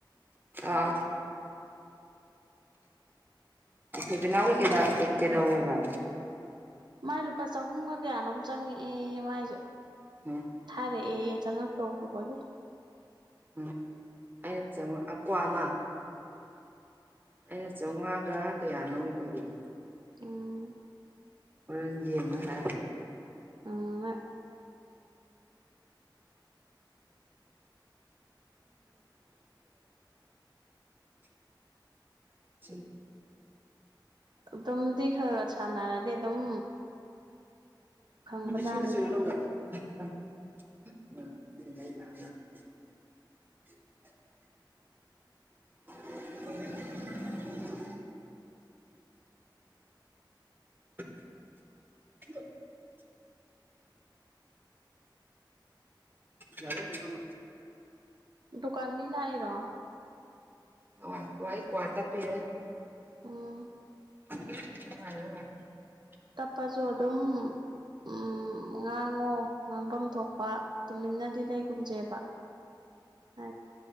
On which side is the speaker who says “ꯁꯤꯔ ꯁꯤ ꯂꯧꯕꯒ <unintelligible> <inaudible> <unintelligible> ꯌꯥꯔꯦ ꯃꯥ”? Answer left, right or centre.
Right